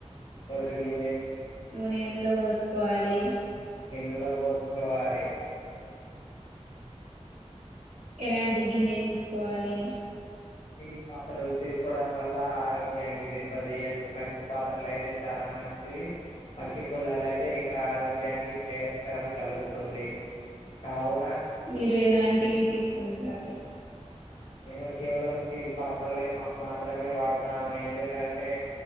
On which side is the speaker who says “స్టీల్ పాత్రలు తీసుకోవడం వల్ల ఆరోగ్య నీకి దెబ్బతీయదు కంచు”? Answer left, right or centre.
Left